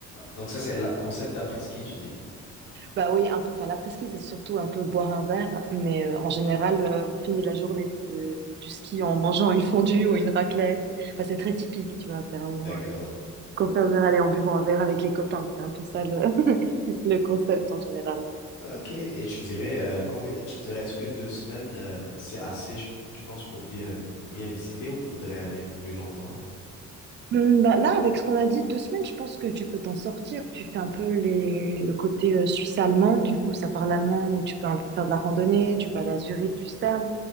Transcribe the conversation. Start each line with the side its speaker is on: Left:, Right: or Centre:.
Left: Donc ça c'est le concept d'après-ski, tu dis.
Right: Bah oui, un peu. Enfin, l'après-ski, c'est surtout un peu boire un verre, mais euh, en général, euh, on finit la journée euh, du ski en mangeant une fondue ou une raclette. Enfin, c'est très typique, tu vois. C'est vraiment.
Left: D'accord.
Right: Confessionnal et en buvant un verre avec les copains. C'est un peu ça le, <laughs> le concept en général.
Left: Ok. Et tu dirais euh, combien tu dirais est-ce que deux semaines euh, c'est assez, je- tu penses, pour bien pour bien visiter ou il faudrait aller un peu plus longtemps?
Right: Hmm, bah là, avec ce qu'on a dit, deux semaines, je pense que tu peux t'en sortir. Tu fais un peu les... le côté euh, suisse-allemand, du coup, ça parle allemand, où tu peux un peu faire de la randonnée, tu peux aller à Zurich, Lucerne.